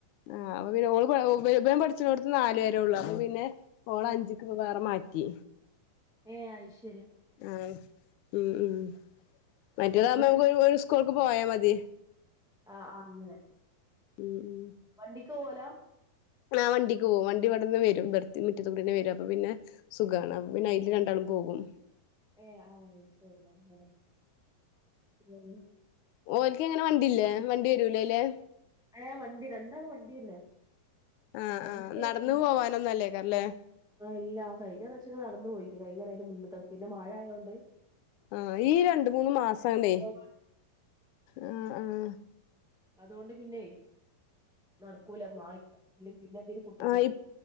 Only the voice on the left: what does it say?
ആഹ് അപ്പ പിന്നെ ഓൾക്ക് <unintelligible> ഇവ ഇവളും പഠിച്ചോടത്ത് നാല് വരെ ഉള്ളു അപ്പൊ പിന്നെ ഓള
അഞ്ചിക്ക് വേറെ മാ റ്റി
ആഹ് ഉം ഉം മറ്റേതാകുമ്പോ
നമ്മക്ക് ഒരു ഒരു സ്കൂൾക്ക് പോയാ മതി
ഉം ഉം
ആഹ് വണ്ടിക്ക് പോവും വണ്ടി ഇവടെന്ന് വരും ഇവ്ടത്തെ ഈ മുറ്റത്തൂ കൂടി തന്നെ വരും അപ്പൊ പിന്നെ സുഖാണ് അപ്പൊ പിന്നെ അയില് രണ്ടാളും പോകും
ഓൽക്ക് എങ്ങനെ വണ്ടില്ലേ വണ്ടി വരൂലേ അയിലെ
ആഹ്
ആഹ്
നടന്നു പോവാനൊന്നും അല്ലേക്കാരല്ലേ
ആഹ് ഈ രണ്ട് മൂന്ന് മാസണ്ടെ
ആഹ് ആഹ്
ആഹ് ഇ